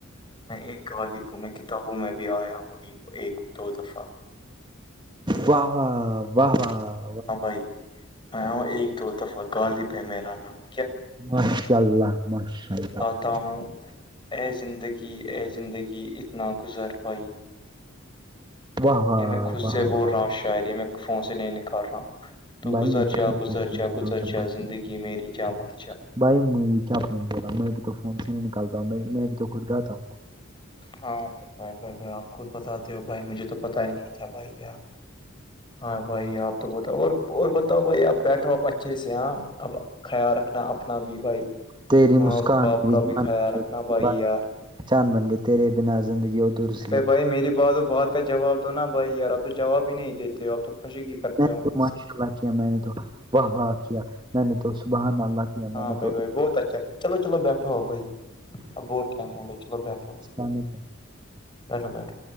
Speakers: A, on the left; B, on the right.
A: میں ایک غالب ہ میں کتابوں میں بھی آیا ہوں ایک ایک دو دفعہ
B: واہ و واہ واہ <unintelligible>
A: ہاں بھائی میں ہوں ایک دو دفعہ غالب ہے میرا نام <unintelligible>
B: ماشاء اللہ ماشاء اللہ <unintelligible>
A: تا ہوں اے زندگی ا زندگی اتنانا گزر پائی
B: واہ واہ
A: یا میں خود
B: واہ
A: سے بول
B: واہ
A: رہا ہوں شاعید یا میں فون سے نہیں نکال رہا ہوں تو
B: بھائی
A: گزر
B: میں بھی
A: چا
B: تو
A: گزرچ
B: فون سے نکالتا
A: گزرچا
B: ہوں
A: زندگی میری کیا متچا
B: بھائی میں یہ کیاپ نے بولا میں بھی تو فون سے نہیں نکالتا ہوں میں بھی تو خود گاتا ہوں
A: ہاں بھائی بھائی بھائی بھائی آپ خود بتاتے ہو بھائی مجھے تو پتا ہی نہیں تھا بھائی یار ہاں بھائی آپ تو بتا اور اور بتاؤ بھائی اب بیٹھو آپ اچھے سے ہاں اب خیال رکھنا اپنا بھی بھائی
B: تیری
A: ماں
B: مسکان
A: باپ
B: میری
A: کا
B: جان
A: بھی
B: بن
A: خیال
B: گئی،
A: رکھنا
B: تیری
A: بھائی
B: بات
A: یار
B: پہچان بن گئے تیرے بنا زندگی ادھر سے
A: ب بھائی میری بات اور بات کا جواب دو نا بھائی یار آپ تو جواب ہی نہیں دیتے ہو آپ تو خوشی کی کرتے
B: میں
A: ہو
B: نے
A: وہاں
B: تو ماشاء
A: سے
B: اللہ کیا میں نے تو واہ واہ کیا میں نے تو سبحان اللہ کیا
A: ہاں
B: میں نے
A: بھائی
B: تو
A: بھائی بہت اچھا چلو چلو بیٹھو بھائی بہت ٹم ہو گیا چلو بیٹھو
B: اللامیک <unintelligible>
A: بیٹو بیٹو